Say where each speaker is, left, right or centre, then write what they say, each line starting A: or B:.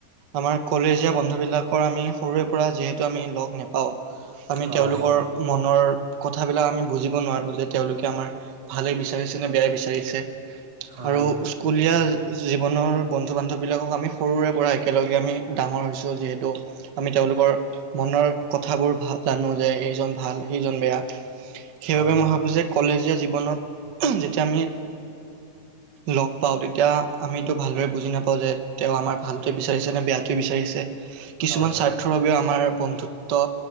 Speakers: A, on the right; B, on the right.
A: আমাৰ কলেজীয়া বন্ধু বিলাকৰ আমি সৰুৰে পৰা যিহেতু আমি লগ নোপাওঁ। আমি
B: হয়,
A: তেওঁলোকৰ মনৰ কথাবিলাক আমি বুজিব নোৱাৰো যে তেওঁলোকে আমাৰ ভালে বিচাৰিছে নে বেয়াই বিচাৰিছে?
B: হয়,
A: আৰু স্কুলীয়া জীৱনৰ বন্ধু বান্ধৱবিলাকক আমি সৰুৰে পৰা একেলগে আমি ডাঙৰ হৈছোঁ যিহেতু আমি তেওঁলোকৰ মনৰ কথাবোৰ জানো যে এইজন ভাল সেইজন বেয়া। সেইবাবে
B: হয়,
A: মই ভাবো যে কলেজীয়া জীৱনত যেতিয়া আমি লগ পাওঁ তেতিয়া আমিতো ভালদৰে বুজি নাপাওঁ যে, তেওঁ আমাৰ ভালটোৱে বিচাৰিছে নে বেয়াটোৱে বিচাৰিছে। কিছুমান
B: হয়,
A: স্বাৰ্থৰ বাবেও আমাৰ বন্ যুত্ব